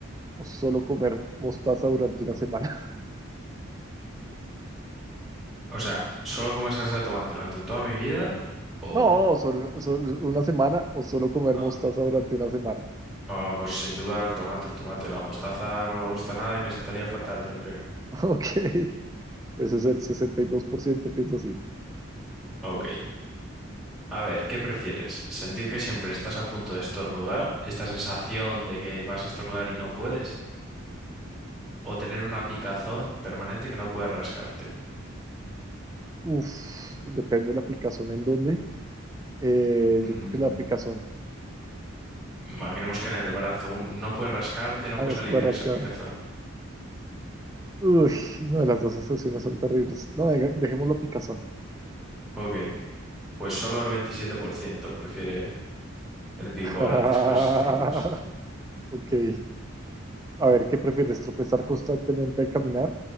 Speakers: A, on the right; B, in the centre.
A: o solo comer mostaza durante una semana? <laughs>
B: O sea, solo comer salsa de tomate durante toda mi vida o...
A: No, solo, solo una semana o solo comer
B: Ah,
A: mostaza durante una semana.
B: ah, pues sin duda el tomate, el tomate, la mostaza no me gusta nada y me sentaría fatal, yo creo.
A: <laughs> Ok. Pues es el 62% piensa así.
B: Ok. A ver, ¿qué prefieres? ¿Sentir que siempre estás a punto de estornudar? ¿Esta sensación de que vas a estornudar y no puedes? ¿O tener una picazón permanente que no puedes rascarte?
A: Uf, depende de la picazón en dónde. Eh,
B: Mm,
A: yo creo que la picazón.
B: Imaginemos que en el brazo un- no puedes rascarte, no
A: Ah,
B: puedes
A: no se
B: aliviar
A: puede rascar.
B: esa picazón.
A: Uy, no, las dos sensaciones son terribles. No, deja- dejemos la picazón.
B: Ok, pues solo el 27% prefiere el picor
A: <laughs>
B: antes que los estornudos.
A: Ok. A ver, ¿qué prefieres? ¿Tropezar constantemente al caminar